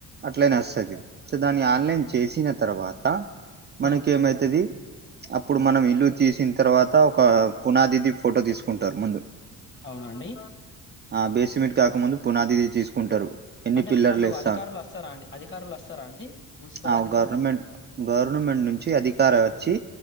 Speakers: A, on the right (about 25°); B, on the left (about 30°).
A: అట్లనే వస్తది. సో దాని ఆన్లైన్ చేసిన తర్వాతా
B: ఆ
A: మనకేమైతది. అప్పుడు మనం ఇల్లు తీసిన తర్వాత ఒక పునాదిది ఫోటో తీసుకుంటారు ముందు
B: అవునండి
A: ఆ బేసిమెంట్ కాకముందు పునాదిది తీసుకుంటారు ఎన్ని
B: అంటే
A: పిల్లర్లు
B: వాళ్ళు
A: ఇస్తాం
B: అధికారులు వస్తారా అండి అధికారులు వస్తారా అండి మున్సిపల్
A: ఆ
B: అధికారులు
A: గవర్నమెంట్ గవర్నమెంట్ నుంచి అధికార వచ్చి